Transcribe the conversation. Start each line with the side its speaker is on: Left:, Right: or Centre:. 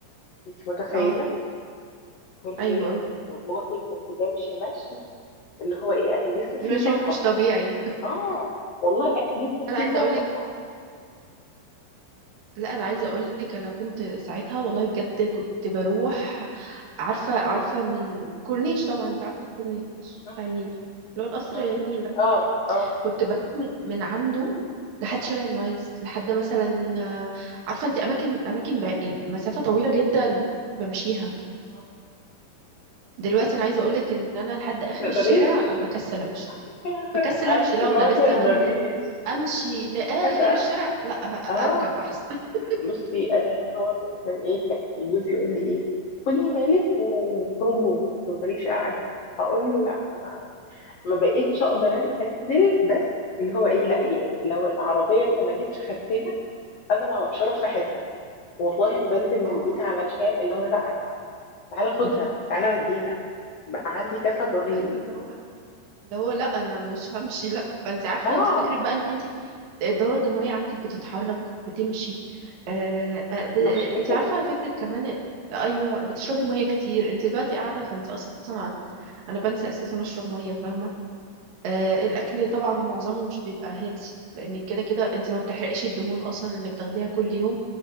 Left: مش متخيله
Right: آه.
Left: كنت
Right: ايوه
Left: والله كنت بمشي مشي اللي هو ايه انا جسمي فيه
Right: ماشي
Left: طاقه
Right: مش طبيعي
Left: اه والله انا جسمي
Right: <laughs>
Left: فيه
Right: انا عايزه
Left: طاقه
Right: اقولك لا انا عايزه اقول لك انا كنت ساعتها والله بجد كنت بروح عارفه عارفه
Left: اه
Right: من الكورنيش طبعا انت عارفه الكورنيش
Left: اه
Right: بتاع النيل اللي هو القصر
Left: اه
Right: النيل ده
Left: اه آه.
Right: كنت بروح من من عنده لحد
Left: آه.
Right: شارع المعز لحد مثلا آه، عارفه انت اماكن اماكن باقي مسافه طويله جدا بمشيها
Left: آه.
Right: دلوقتي انا عايزه اقول لك ان انا لحد اخر
Left: تقدريش
Right: الشارع بكسل امشي
Left: <laughs>
Right: بكسل
Left: عارف
Right: امشي لا
Left: ما
Right: وانا
Left: تقدريش
Right: لسه هنزل امشي لاخر
Left: انا
Right: الشارع لا ه-
Left: اه
Right: اركب احسن <laughs>
Left: بصي انا هنا هو مثلا ايه كان جوزي يقول لي ايه خدي مالك وخرجوا ما تقدريش قاعده اقول له لا انا ما بقيتش اقدر انزل بس اللي هو ايه لا إيه لو العربيه انت ما جيتش خدتنا انا ما- مش هروح في حته والله ما بنزل من
Right: اه
Left: البيت
Right: اه
Left: علشان اللي هو لا تعالى خدنا تعالى ودينا بقى عندي كسل رهيب
Right: ايوه اللي هو اللي هو لا انا مش همشي لا فانت عارفه
Left: اه
Right: انت فكره بقى ان انت الدوره الدمويه عندك بتتحرك بتمشي آه آه، ب...
Left: بشرتك
Right: آه، انت عارفه فكره كمان ايوه بتشربي ميه كتير انت دلوقتي قاعده فانت اصلا انا بنسى اساسا اشرب ميه فاهمه آه الاكل طبعا معظمه مش بيبقى هيلسي لان كده كده انت ما بتحرقيش الدهون اصلا اللي بتاخديها كل يوم